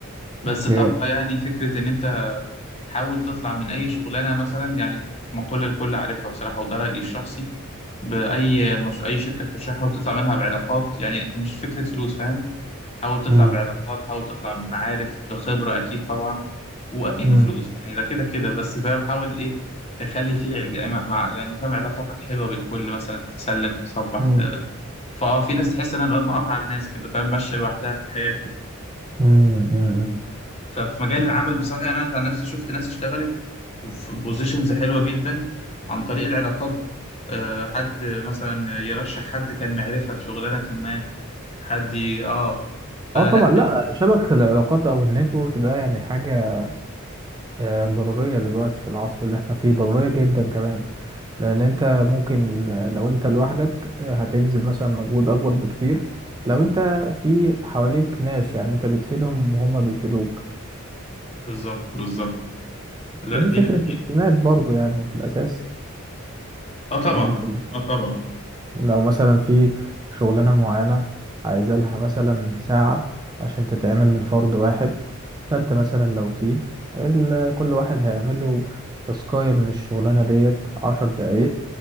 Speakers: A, on the left; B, on the right.
A: بس
B: اوكي
A: تبقى يعني فكرة إن أنت حاول تطلع من أي شغلانة مثلا يعني دي في مقولة الكل عارفها بصراحة وده رأيي الشخصي بأي مش أي شركة تخشها حاول تطلع منها بعلاقات يعني أنت مش فكرة فلوس فاهم حاول تطلع
B: امم
A: بعلاقات حاول تطلع بمعارف بخبرة أكيد طبعا وأكيد
B: مم.
A: بفلوس يعني ده كده كده بس فاهم حاول إيه تخلي فيه يعني مع يعني فاهم علاقاتك حلوة بالكل مثلا تسلم تصبح
B: مم.
A: ت... فأه في ناس تحس إنها مقاطعة الناس كده فاهم ماشية لوحدها في الحياة كده
B: مم. مم.
A: ففي مجال العمل بصراحة يعني أنا عن نفسي شفت ناس اشتغلت وفي بوزيشنز حلوة جدا عن طريق العلاقات دي آه، حد مثلا يرشح حد كان معرفة في شغلانة ما حد ي- اه فلا
B: اه طبعا لا شبكة العلاقات او النتورك ده يعني حاجة آه، ضرورية دلوقتي في العصر اللي احنا فيه ضرورية جدا كمان لان انت ممكن آه، لو انت لوحدك آه، هتبذل مثلا مجهود اكبر بكتير لو انت في حواليك ناس يعني انت بتفيدهم وهم بيفيدوك
A: بالظبط بالظبط لا
B: ودي
A: دي
B: فكرة
A: حقيقة
B: الاعتماد برضو يعني في الاساس
A: اه طبعا
B: يعني انت
A: اه طبعا
B: لو مثلا في شغلانة معينة عايزة لها مثلا ساعة عشان تتعمل من فرد واحد فأنت مثلا لو تيم ال- كل واحد هيعمل له تاسكاية من الشغلانة ديت عشر دقايق